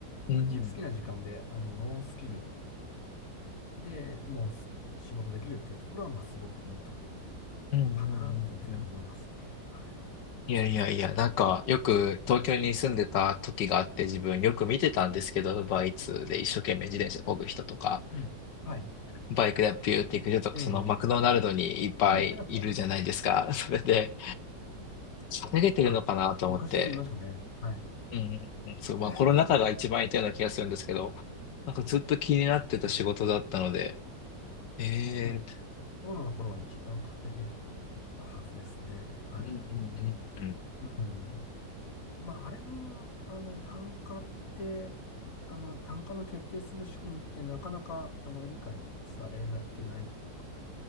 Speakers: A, on the left; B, on the left.
A: うん。
B: 自分好きな時間で、あの、ノースキルでもうす仕事できるっていうところは、まあ、すごくいいところ。
A: うんうんうんうん。
B: かなっていうふうに思いますね。は
A: いやいやいや、なんか、よく東京に住んでた時があって、自分よく見てたんですけど、ウーバーイーツで一生懸命自転車漕ぐ人とか、
B: い。もうはい。
A: バイクでピューって行く人とか、
B: ええ
A: そのマクドナルドにいっぱいいるじゃないですか。
B: <laughs>
A: <laughs> それで、稼げてるのかなと思って、
B: あ、昔よく言いましたね。はい。
A: うんうんうん、そう、まあコロナ禍が一番いたような気がするんですけど、
B: <laughs>
A: なんかずっと気になってた仕事だったので、
B: はい。
A: えー、
B: そうです。コロナの頃は一番稼げたはずですね。はい。
A: うんうんうんうん。
B: うん。まあ、あれも、あの、単価って、あの、単価の決定する仕組みってなかなか、あの、理解されてないところが